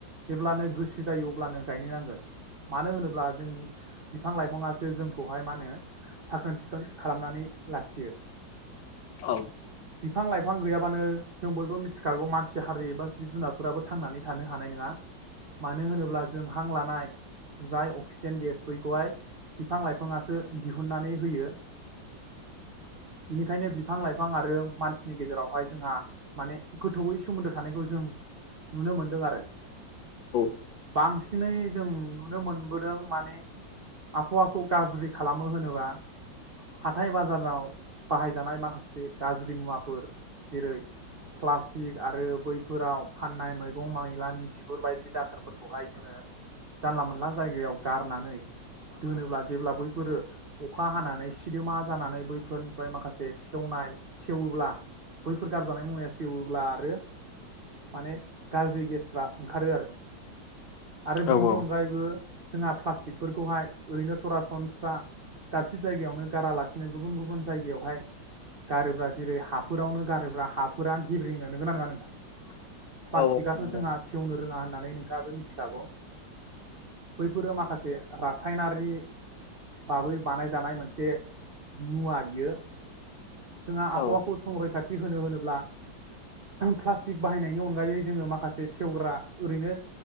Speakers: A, on the right (about 50°); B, on the left (about 75°).
A: जेब्लानो गोसो जायो अब्लानो गायनो नांगोन मानो होनोब्ला जों बिफां लाइफाङासो जों खौहाय मा होनो साखोन सिखोन खालामनानै लाखियो।
B: औ
A: बिफां लाइफां गैयाबानो जों बयबो मिथिखागौ मानसि हारि एबा जिब जुनारफोराबो थांनानै थानो हानाय नङा मानो होनोब्ला जों हां लानाय जाय अक्सिजेन गेस बैखौहाय बिफां लाइफां बिफाङासो दिहुनन्नानै होयो बिनिखायनो बिफां लाइफां आरो मानसिनि गेजेरावहाय जोंहा माने गोथौयै सोमोन्दो थानायखौ जों नुनो मोनदों आरो
B: औ
A: बांसिनै जों नुनो मोनबोदों माने आबहावाखौ गाज्रि खालाम मो होनोबा हाथाय बाजाराव बाहायजानाय माखासे गाज्रि मुवाफोर जेरै प्लास्टिक आरो बै फोराव फाननाय मैगं मैलानि बिगुर बायदि दाखोरफोरखौहाय जोङो जानला मोनला जायगायाव गारनानै दोनोब्ला जेब्ला बैफोरो अखा हानानै सिदोमा जानानै बैफोरनिफ्राय माखासे सेवनाय सेवोब्ला बैफोर गारजानाय मुवाया सेवोब्ला आरो माने गाज्रि गेसफ्रा ओंखारो आरो आरो
B: औ
A: बेनि
B: औ
A: अनगायैबो जोंहा प्लास्टिकफोरखौहाय ओरैनो सरा सनस्रा दाबसे जायगायावनो गारालासिनो गुबुन गुबुन जायगायावहाय गारोब्रा जेरै हाफोरावनो गारोब्रा हाफोरा गेब्रेङो नोंगौ ना नङा नोंथां प्लास्टिकथ'
B: औ नंगौ औ नंगौ
A: जोंहा
B: औ
A: सेवनो रोङा होननानै नोंथाङाबो मिथिखागौ बैफोरो माखासे रासायनारि बाबै बानायजानाय मोनसे मुवा बियो जोंहा आबहावाखौ
B: औ
A: संरैखाथि होनो होनोब्ला प्लास्टिक बाहायनायनि अनगायै जोङो माखासे सेवग्रा ओरैनो